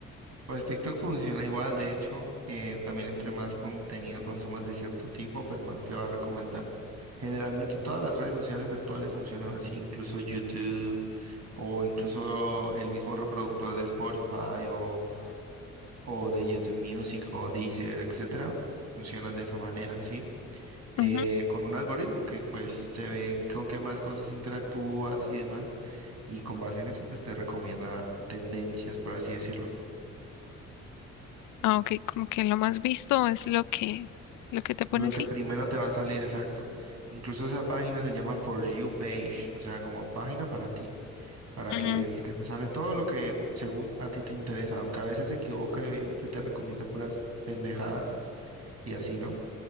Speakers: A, on the right; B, on the left.
A: Pues TikTok funciona igual, de hecho, eh, también entre más contenido consumas de cierto tipo, pues más te va a recomendar. Generalmente todas las redes sociales actuales funcionan así, incluso YouTube o incluso el mismo reproductor de Spotify o, o de YouTube Music o Deezer, etcétera, funcionan de esa manera, ¿sí? Eh,
B: Ujú.
A: con un algoritmo que pues se ve con qué más cosas interactúas y demás, y con base en eso pues te recomienda tendencias, por así decirlo.
B: Ah, ok, como que lo más visto es lo que, lo que te pone
A: Lo que
B: así.
A: primero te va a salir, exacto. Incluso esa página se llama For You Page, o sea, como página para ti. para
B: Ujú.
A: que, porque te sale todo lo que según a ti te interesa, aunque a veces se equivoca y obviamente te recomienda puras pendejadas y así, ¿no?